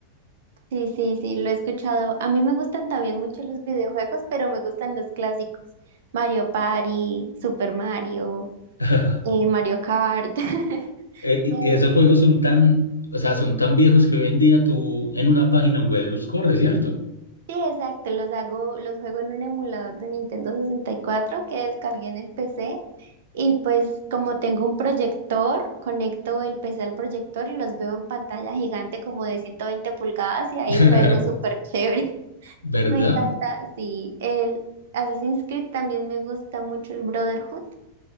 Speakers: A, on the right (about 55°); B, on the left (about 80°).
A: Sí, sí, sí, lo he escuchado. A mí me gustan también mucho los videojuegos, pero me gustan los clásicos. Mario Party, Super Mario,
B: <laughs>
A: eh, Mario Kart. <laughs>
B: Eh, y
A: Me-
B: y esos juegos son tan, o sea, son tan viejos que hoy en día tú en una página web los corres, ¿cierto?
A: Sí, exacto, los hago, los juego en un emulador de Nintendo 64 que descargué en el PC. Y pues como tengo un proyector, conecto el PC al proyector y los veo en pantalla gigante como de 120 pulgadas y ahí
B: <laughs>
A: juego <laughs> súper chévere.
B: ¿Verdad?
A: Me encanta, sí. El Assassin's Creed también me gusta mucho el Brotherhood.